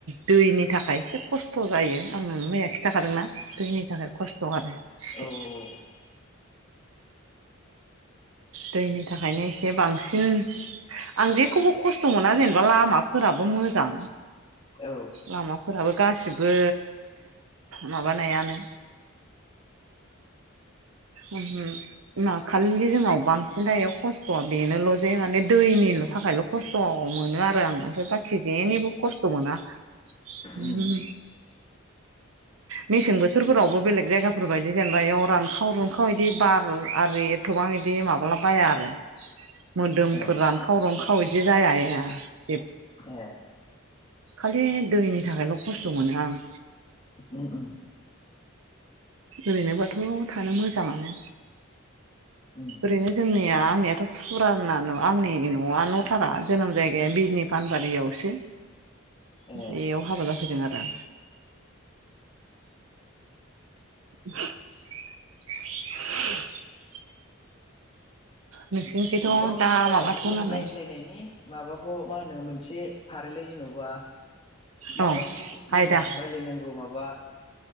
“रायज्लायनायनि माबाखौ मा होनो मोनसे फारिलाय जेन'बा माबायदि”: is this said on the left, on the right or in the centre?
Left